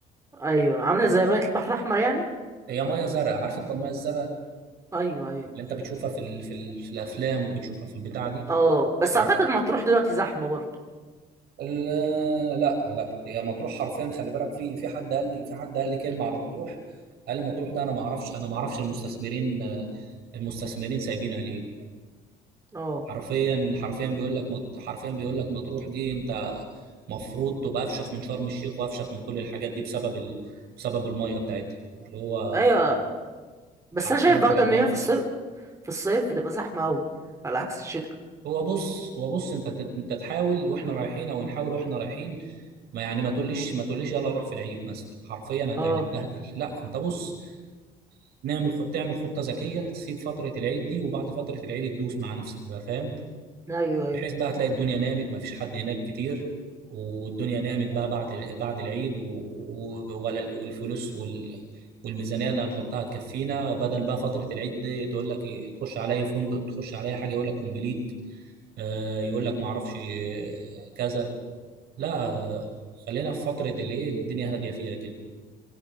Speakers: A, on the right; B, on the right.
A: ايوه عاملة زي بنت البحر الأحمر يعني
B: هي ميه زرقاء عارف انت الميه الزرقاء
A: ايوه ايوه
B: اللي انت بتشوفها في ال... في, ال... في الافلام وبتشوفها في البتاع دي
A: اه بس
B: حرف
A: اعتقد مطروح دلوقتي زحمة برضه
B: ال... لا لا هي مطروح حرفيا خلي بالك في في حد قال لي في حد قال لي كلمه على مطروح قال لي مطروح ده انا ما اعرفش انا ما اعرفش المستثمرين المستثمرين سايبينها ليه
A: اه
B: حرفيا حرفيا بيقول لك مط... حرفيا بيقول لك مطروح دي انت مفروض تبقى افشخ من شرم الشيخ وافشخ من كل الحاجات دي بسبب ال... بسبب الميه بتاعتها اللي هو
A: ايوه بس
B: حرفيا
A: انا شايف برضه
B: حاجات
A: ان
B: جامده
A: هي في الصيف في الصيف بتبقى زحمة اوي على عكس الشتاء
B: هو بص هو بص انت ت- انت تحاول واحنا رايحين او نحاول واحنا رايحين ما يعني ما تقوليش ما تقوليش يلا روح في العيد مثلا حرفيا هت-
A: اه
B: هنتبهدل لا انت بص نعمل خ- تعمل خطه ذكيه تسيب فتره العيد دي وبعد فتره العيد تدوس مع نفسك بقى فاهم
A: ايوه ايوه
B: بحيث بقى هتلاقي الدنيا نامت ما فيش حد هناك كتير والدنيا نامت بقى بعد بعد العيد و... و... ولا ال- والفلوس وال... والميزانية اللي هنحطها تكفينا بدل بقى فترة العيد دي تقول لك إيه، تخش عليا فندق تخش عليا حاجة يقول لك كومبليت آه، يقول لك ما اعرفش آه، كذا لا آه، خلينا في فترة اللي ايه الدنيا هادية فيها كده